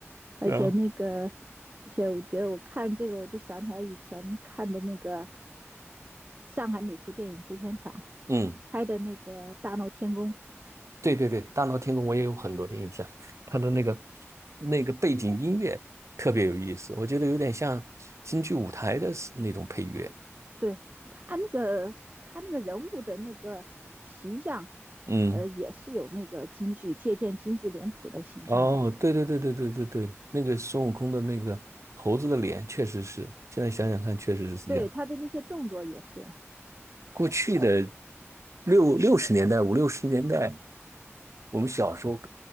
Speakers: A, on the right; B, on the right.
A: 而且那个，
B: 然后
A: 而且我觉得我看这个，我就想起来以前看的那个上海美术电影制片厂
B: 嗯，
A: 拍的那个《大闹天宫》，
B: 对对对，大闹天宫我也有很多的印象，他的那个那个背景音乐特别有意思，我觉得有点像京剧舞台的那种配乐，
A: 对他那个他那个人物的那个形象，
B: 嗯。
A: 呃，也是有那个京剧借鉴京剧脸谱的形象的。
B: 哦，对对对对对对对，那个孙悟空的那个猴子的脸，确实是，现在想想看，确实是这样。
A: 对他的那些动作也是，
B: 过去的六六十年代、五六十年代，我们小时候